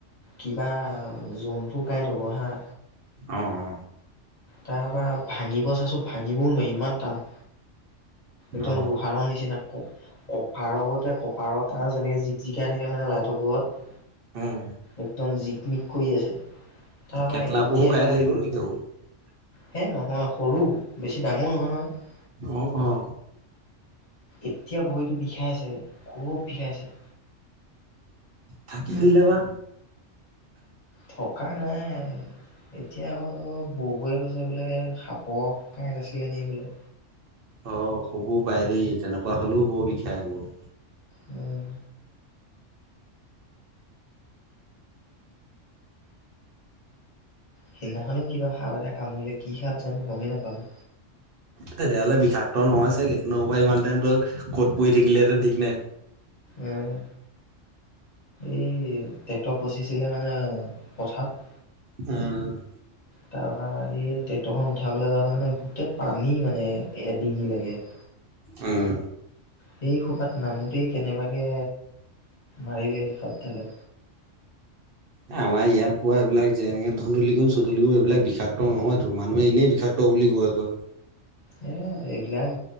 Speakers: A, on the left; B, on the right.
A: কিবা জন্তু কাই হ'ব হা।
B: অ অ।
A: তাৰপৰা ভাঙিবলৈ চাইছিলোঁ, ভাঙিবও নোৱাৰি ইমান টান। একদম
B: অ
A: ৰোহাৰৰ নিচিনা। কপাৰৰ গতে কপাৰ তাৰ যেনেকে জিক-জিকাই থাকে মানে লাইটৰ পোহৰত
B: উম
A: একদম জিকমিক কৰি আছে। তাৰপৰা
B: কেটলা
A: এতিয়া
B: পহু <unintelligible>
A: এ নহয় সৰু, বেছি ডাঙৰ নহয় নহয়।
B: অ অ।
A: এতিয়া ভৰিটো বিষাইছে, খুব বিষাইছে।
B: থাকি দিলে বা
A: থকা নাই এতিয়া আকৌ ব-বৌৱে কৈছে বোলে, সাপৰ কাঁইট আছিল নেকি বোলে।
B: অ হ'বও পাৰে দেই তেনেকুৱা হ'লেও বৰ বিষায় এইবোৰ।
A: উম। সিদিনাখনেও কিবা সাপ এটাই কামুৰিলে। কি সাপ জানো গমেই নাপালোঁ।
B: তেতিয়াহ'লে বিষাক্ত নহয় চাগে। নহ'লে ইমান টাইমত ক'ত পৰি থাকিলেহেঁতেন ঠিক নাই।
A: উম এই ট্ৰেক্টৰ ফচিছিলে মানে পথাৰত
B: উম
A: তাৰপৰা এই ট্ৰেক্টৰখন উঠাবলৈ যাওঁতে মানে গোটেই পানী মানে এডঙি লৈকে। <inaudible>
B: উম।
A: সেই খোপাত নামোঁতেই কেনেবাকৈ মাৰিলে সাপডালে।
B: এ আমাৰ ইয়াত পোৱা এইবিলাক যেনেকৈ <unintelligible> এইবিলাক বিষাক্ত নহয়তো, মানুহে এনেই বিষাক্ত ত বুলি গৈ কয়।
A: এ এইবিলাক